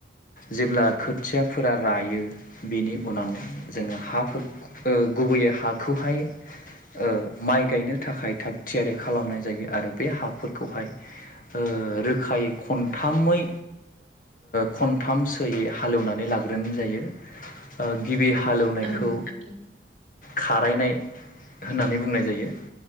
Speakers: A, on the left (about 45°); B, on the right (about 40°).
A: जेब्ला खोथियाफोरा रायो बेनि उनाव जोङो हाफोर गुबैयै बे हाखौहाय ओं माइ गायनो थाखाय थाग थियारि खालामनाय जायो आरो बे हाफोरखौहाय ओ रोखायै खनथामै खनथामसो यै हालेवनानै लाग्रोनो जायो ओ गिबि हालेवनायखौ
B: औ नंगौ नोंथां
A: खारायनाय होननानै बुंनाय जायो